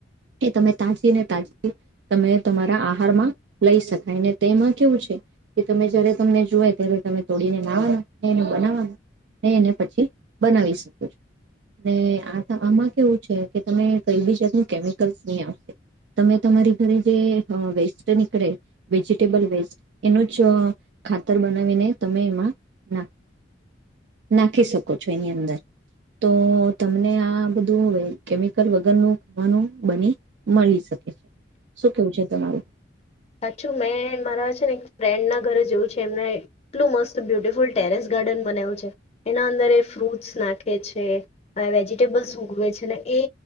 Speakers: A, on the right (about 65°); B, on the left (about 35°).
A: એ તમે તાજીને તાજી તમે તમારા આહારમાં લઈ શકાય ને તેમાં કેવું છે કે તમે જય્યારે તમને જોય ત્યારે તમે તોડીને નાવાના ને એને બનાવાના ને એને પછી બનાવી શકો છો ને આ આમાં કેવું છે કે તમે કઈ બી જાતનું કેમિકલ્સ નહીં આવશે તમે તમારી ઘરે જે વેસ્ટ નીકળે વેજીિટેબલ વેસ્ટ એનું જ ખાતર બનાવીને તમે એમાં નાખ નાખી શકો છો એની અંદર તો તમને આ બધું કેમિકલ વગરનું ખાવાનું બની મળી શકે છે શું કેવું છે તમારું
B: સાચું મેં મારા છે ને એક ફ્રેન્ડના ઘરે જોયું છે એમને એટલું મસ્ત બ્યુટિફુલ ટેરેસ ગાર્ડન બનાવ્યું છે એના અંદર એ ફ્રૂટ્સ નાખે છે વેજીિટેબલ્સ ઉગવે છે ને એ